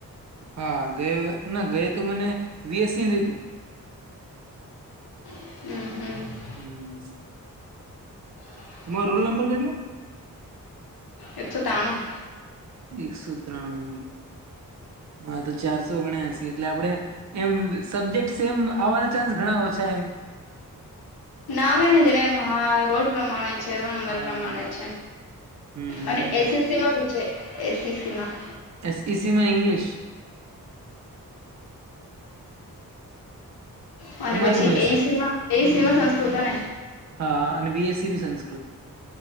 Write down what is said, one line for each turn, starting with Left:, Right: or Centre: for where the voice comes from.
Right: હા ગય ના ગય તો મને વીએસસી તું
Left: હમ હમ
Right: હમ
Left: <inaudible>
Right: તમારો રોલ નંબર કેટલો?
Left: એક સો તાણું.
Right: એકસો ત્રાણું માર તો ચારસો ઓગણાએસી એટલે આપડે એમ સબ્જેક્ટ સેમ આવવાના. ચાન્સ ઘણા ઓછા એમ
Left: ના આવે ને જેને હ રોલ પ્રમાણે છે રોલ નંબર
Right: હા
Left: પ્રમાણે
Right: રોલ
Left: છે
Right: હમ
Left: અને એસીસી માં શું છે એસીસી માં.
Right: એસઇસી માં ઇંગ્લિશ.
Left: ઓ અને
Right: તમારે
Left: પછી
Right: હું એસી
Left: એઈ સીમા? એ સીમા સંસ્કૃત હને?
Right: હા અને વીએસસી બી સંસ્કૃત